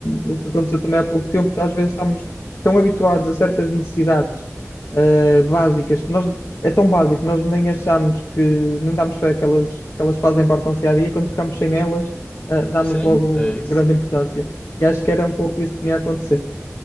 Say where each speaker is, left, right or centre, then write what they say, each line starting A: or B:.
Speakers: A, on the left; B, on the left.
A: o que aconteceu também há pouco tempo, que às vezes estamos tão habituados a certas necessidades eh, básicas que nós é tão básico, nós nem achamos que, nem damos fé que elas, que elas fazem parte da nossa dia a dia, quando ficamos sem elas, ah, damos
B: Sim,
A: logo
B: é isso.
A: grande importância. E acho que era um pouco isso que me ia acontecer.